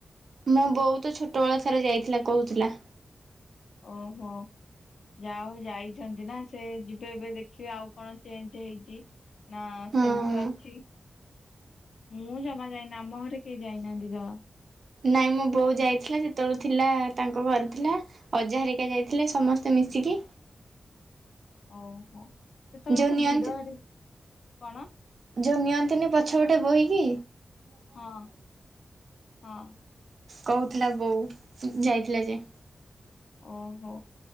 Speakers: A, on the right; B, on the left.
A: ମୁଁ ବହୁତ ଛୋଟବେଳ ଥରେ ଯାଇଥିଲା କହୁଥିଲା।
B: ଓହୋ ଯା ହଉ ଯାଇଛନ୍ତି ନା ସେ ଯିବେ ଏବେ ଦେଖିବେ ଆଉ କଣ ଚେଞ୍ଜ ହେଇଛି ନା
A: ହଁ
B: ସେମିତି ଅଛି ମୁଁ ଜମା ଯାଇନି ଆମ ଘରେ କେହି ଯାଇନାହାନ୍ତି ଜମା
A: ନାଇଁ ମୋ ବୋଉ ଯାଇଥିଲା ଯେତେବେଳଳେ ଥିଲା ତାଙ୍କ ଘରେ ଥିଲା। ଅଜାହାରହାରିକା ଯାଇଥିଲେ ସମସ୍ତେ ମିଶିକି
B: ଓହୋ ସେତେବେଳେ
A: ଯୋଉ
B: ତ
A: ନିଅନ୍ତି
B: ଭିଡ ହରେ କଣ?
A: ଯେଉଁ ନିଅନ୍ତିନି ପଛ ଗୋଟେ ବହି କି?
B: ହଁ ହଁ
A: କହୁଥିଲା ବୋଉ ଯାଇଥିଲା ଯେ
B: ଓହୋ